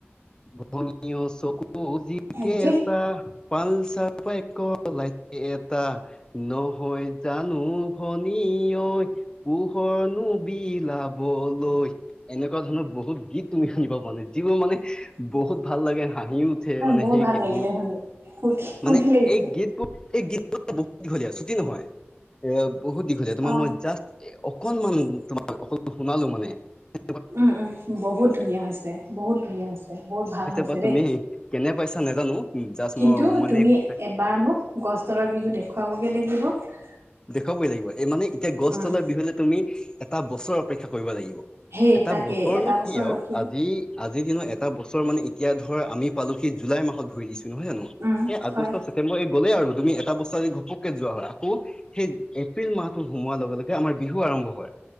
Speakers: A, on the left; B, on the right.
A: ভনী অ চকু যিকেইটা
B: আজৰি
A: <unintelligible> পালচাৰ বাইকৰ লাইটকেইটা <unintelligible> নহয় জানো ভনী ঐ <unintelligible> পোহৰনো বিলাবলৈ এনেকুৱা ধৰণৰ বহুত গীত তুমি শুনিব পোৱা নাই যিবোৰ মানে বহুত ভাল লাগে, হাঁহিও <unintelligible> উঠে মানে
B: বহুত
A: সেই
B: ভাল
A: গীতবোৰ
B: লাগিলে শুনি ফূৰ্তি ফূৰ্তি
A: মানে
B: লাগিছে
A: এই গীত <unintelligible> এই গীতবোৰ বহুত দীঘলীয়া ছুটি নহয় এ বহুত দীঘলীয়া তোমাক
B: অ
A: মই জাষ্ট এ অকনমান তোমাক অকল শুনালো মানে <unintelligible>
B: উম-উম বহুত ধুনীয়া হৈছে, বহুত ধুনীয়া হৈছে, বহুত ভাল হৈছে
A: বা
B: দেই।
A: তুমি
B: <inaudible>
A: কেনে পাইছা নাজানো? <unintelligible>
B: কিন্তু
A: মই মানে
B: তুমি
A: কথা
B: এবাৰ মোক গছ তলৰ বিহু দেখুৱাবগৈ লাগিব। <unintelligible>
A: দেখুৱাবই লাগিব, এই মানে এতিয়া গছ
B: উম
A: তলৰ বিহুলৈ তুমি এটা বছৰ অপেক্ষা কৰিব লাগিব। <unintelligible>
B: সেই
A: এটা
B: তাকে
A: বছৰনো
B: এটা বছৰ
A: কি আৰু
B: ৰখিম
A: আজি আজিৰ দিনত এটা বছৰ মানে এতিয়া ধৰ আমি পালোহি জুলাই মাহত ভৰি দিছো নহয় জানো <unintelligible>
B: উম
A: এই আগষ্ট,
B: হয়
A: ছেপ্তেম্বৰ এই গ'লেই আৰু তুমি এটা বস্তু আদি ঘপককে যোৱা হয় আকৌ <unintelligible> সেই এপ্ৰিল মাহটো সোমোৱাৰ লগে-লগে আমাৰ বিহু আৰম্ভ হয়,